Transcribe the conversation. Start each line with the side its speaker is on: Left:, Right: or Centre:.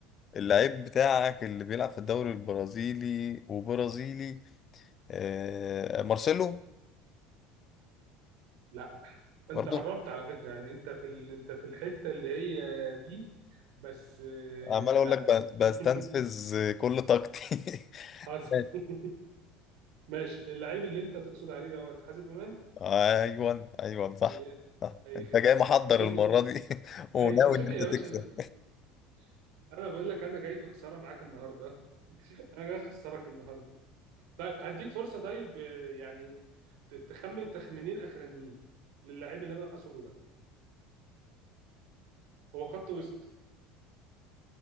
Left: اللعيب بتاعك اللي بيلعب في الدوري البرازيلي وبرازيلي آه مارسيلو
Right: لا انت
Left: برضه
Right: قربت على فكره يعني انت في ال... انت في الحته اللي هي دي بس آه،
Left: عمال
Right: لا
Left: اقول لك ب- بستنفذ
Right: <laughs>
Left: كل طاقتي <laughs>
Right: حصل
Left: ماشي
Right: <laughs> ماشي اللعيب اللي انت تقصد عليه دوت حازم امام
Left: ايوه ايوه صح
Right: إيه،
Left: صح
Right: اي
Left: انت
Right: خدمه
Left: جاي محضر
Right: <laughs>
Left: المرة دي <laughs> وناوي
Right: اي شوف
Left: ان
Right: يا
Left: انت تكسب
Right: باشا انا <laughs> انا بقول لك انا جاي في خساره معاك النهارده <laughs> انا جاي اخسرك النهارده طيب هديك فرصه طيب آه، يعني ت- تخمن تخمينين اخرانيين للاعيب اللي انا اقصده ده هو خط وسط